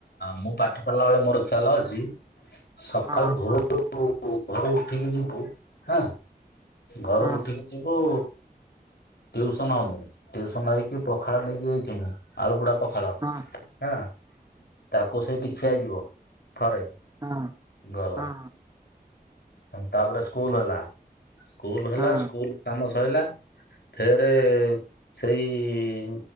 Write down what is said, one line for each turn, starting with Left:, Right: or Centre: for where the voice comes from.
Left: ମୁଁ ପାଠ ପଢିଲା ବେଳେ ମୋର ଚାଲ ଅଛି ସକାଳୁ
Right: ହଁ
Left: ଭୋ ଭୋରୁ ଘରୁ ଉଠିକି ଯିବୁ ହାଁ ଘରୁ
Right: ହଁ।
Left: ଉଠିକି ଯିବୁ ଟିଉସନ ହେବ ଟିଉସନ୍ ହେଇକି ପଖାଳ ନେଇକି ଯାଇଥିମୁ ଆଳୁ ପୁଡ଼ା ପଖାଳ।
Right: ହଁ
Left: ହଁ ତାକୁ ସେଇଠି ଖିଆଯିବ ଥରେ
Right: ହଁ
Left: ଗଲା
Right: ହଁ
Left: ତାପରେ ସ୍କୁଲ ହେଲା, ସ୍କୁଲ ହେଲା
Right: ହଁ
Left: ସ୍କୁଲ କାମ ସରିଲା। ଫେରେ ସେଇ